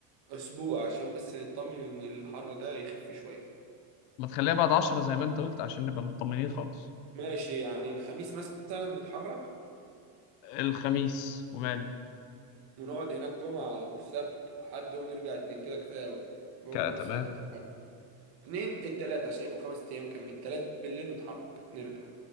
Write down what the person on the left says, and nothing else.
ما تخليها بعد 10 زي ما انت قلت عشان نبقى مطمنين خالص
الخميس وماله
كا تمام